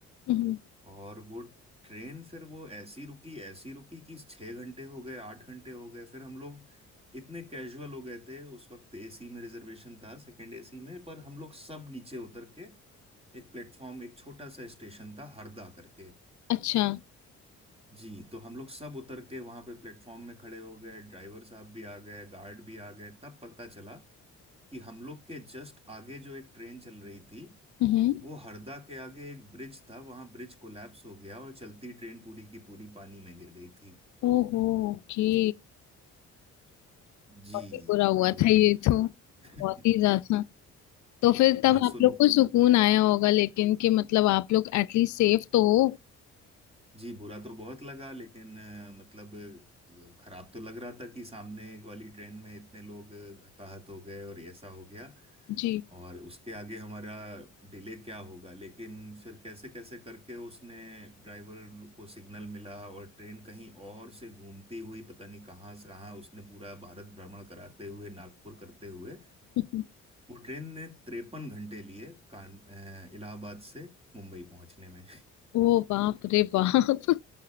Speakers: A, on the left; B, on the right.
A: हम्म
B: और वो ट्रेन फिर वो ऐसी रुकी ऐसी रुकी कि छः घंटे हो गए आठ घंटे हो गए फिर हम लोग इतने कैजुअल हो गए थे उस वक्त एसी में रिजर्वेशन था सेकंड एसी में पर हम लोग सब नीचे उतर के एक प्लेटफॉर्म एक छोटा सा स्टेशन था हरदा करके
A: अच्छा
B: जी तो हम लोग सब उतर के वहां पे प्लेटफॉर्म में खड़े हो गए ड्राइवर साहब भी आ गए गार्ड भी आ गए तब पता चला कि हम लोग के जस्ट आगे जो एक ट्रेन चल रही थी
A: हम्म
B: वो हरदा के आगे एक ब्रिज था वहां ब्रिज कोलैप्स हो गया और चलती ट्रेन पूरी की पूरी पानी में गिर गई थी
A: ओहो ओके
B: जी
A: बहुत ही बुरा हुआ
B: तो
A: था ये तो
B: <laughs>
A: बहुत ही ज्यादा तो फिर
B: हाँ
A: तब
B: सुन
A: आप लोग को सुकून आया होगा लेकिन कि मतलब आप लोग एटलीस्ट सेफ तो हो
B: जी बुरा तो बहुत लगा लेकिन अ, मतलब अ, खराब तो लग रहा था कि सामने वाली ट्रेन में इतने लोग अ, हताहत हो गए और ऐसा हो गया
A: जी
B: और उसके आगे हमारा डिले क्या होगा लेकिन फिर कैसे कैसे करके उसने ड्राइवर को सिग्नल मिला और ट्रेन कहीं और से घूमती हुई पता नहीं कहाँ से कहाँ उसने पूरा भारत भ्रमण कराते हुए नागपुर करते हुए
A: <laughs>
B: वो ट्रेन ने तिरपन घंटे लिए कान अ, इलाहाबाद से मुंबई पहुंचने में
A: ओ बाप रे बाप <laughs>